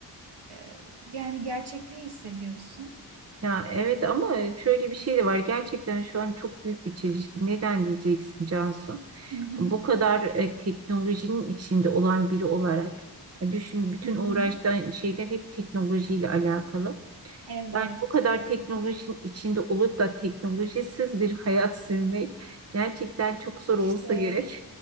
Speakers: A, on the right; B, on the right.
A: Ee, yani gerçekliği hissediyorsun.
B: Ya evet ama şöyle bir şey de var. Gerçekten şu an çok büyük bir çelişki. Neden diyeceksin Cansu?
A: Hı hı,
B: Bu kadar e, teknolojinin içinde olan biri olarak e, düşün bütün
A: hı hı.
B: uğraştığın şeyler hep teknolojiyle alakalı.
A: Evet.
B: Yani bu kadar teknolojinin içinde olup da teknolojisiz bir hayat sürmek gerçekten çok zor
A: İşte
B: olsa gerek.